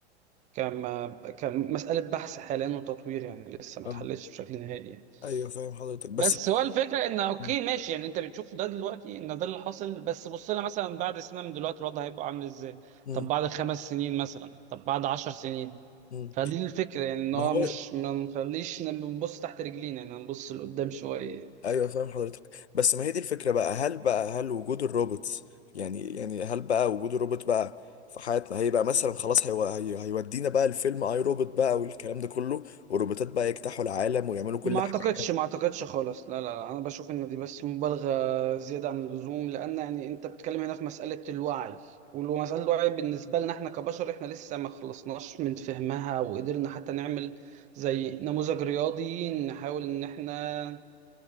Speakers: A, on the right (about 20°); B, on the left (about 70°).
A: كما كمسألة بحث حاليا وتطوير يعني لسه ما
B: اه
A: اتحلتش بشكل نهائي يعني.
B: ايوه فاهم حضرتك بس
A: بس هو الفكره ان اوكي
B: مم،
A: ماشي يعني انت بتشوف ده دلوقتي ان ده اللي حاصل بس بص لنا مثلا بعد سنه من دلوقتي الوضع هيبقى عامل ازاي
B: مم،
A: طب بعد خمس سنين مثلا طب بعد عشر سنين
B: مم.
A: فدي الفكره يعني ان
B: ما
A: هو
B: هو
A: مش ما نخليش نبص تحت رجلينا يعني نبص لقدام شويه
B: ايوه فاهم حضرتك بس ما هي دي الفكرة بقى هل بقى هل وجود الروبوتس يعني يعني هل بقى وجود الروبوت بقى في حياتنا هيبقى مثلا خلاص هيو... هي... هيودينا بقى الفيلم اي روبوت بقى والكلام ده كله والروبوتات بقى يجتاحوا العالم ويعملوا كل
A: ما اعتقدش
B: حاجة
A: ما اعتقدش خالص لا لا لا، انا بشوف ان دي بس مبالغه زياده عن اللزوم لان يعني انت بتتكلم هنا في مساله الوعي ومساله الوعي بالنسبه لنا احنا كبشر احنا لسه ما خلصناش من فهمها وقدرنا حتى نعمل زي نموذج رياضي نحاول ان احنا